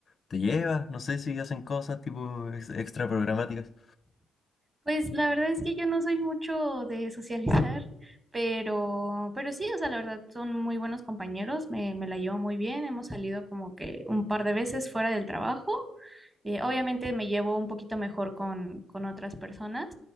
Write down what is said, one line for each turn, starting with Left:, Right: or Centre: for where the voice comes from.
Left: te llevas? No sé si hacen cosas tipo ex- extra programáticas.
Right: Pues la verdad es que yo no soy mucho de socializar, pero, pero sí, o sea, la verdad son muy buenos compañeros, me, me la llevo muy bien, hemos salido como que un par de veces fuera del trabajo. Eh, obviamente me llevo un poquito mejor con, con otras personas,